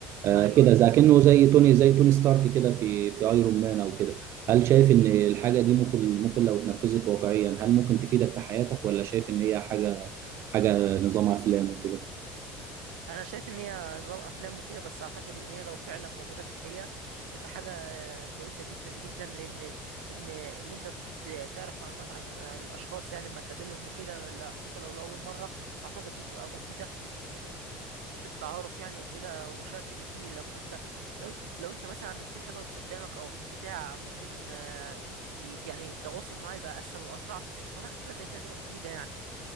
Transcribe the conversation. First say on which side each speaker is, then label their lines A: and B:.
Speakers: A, on the right; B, on the right.
A: آه
B: ايوه
A: كده
B: ايوه
A: زي كأنه زي توني زي توني ستارك كده في في ايرون مان او كده هل شايف ان الحاجه دي ممكن ممكن لو اتنفذت واقعيا هل ممكن تفيدك في حياتك ولا شايف ان هي حاجه حاجه نظام افلام وكده
B: انا شايف ان هي نظام افلام وكده بس اعتقد ان هي لو فعلا موجوده في الحقيقه هتبقى حاجه كويسه جدا جدا لان ان ان انت ت- تعرف معلومات عن عن الاشخاص يعني لما تقابلهم وكده ولا حتى لو لاول مره اعتقد دي بتبقى مفيده في حته التعارف يعني وكده وشات جي بي تي لما انت لو لو انت مثلا في حاجه وقفت قدامك او بتاع ممكن آه، ي- يعني التواصل معاه يبقى اسهل واسرع فاعتقد حاجه زي كده تبقى مفيده يعني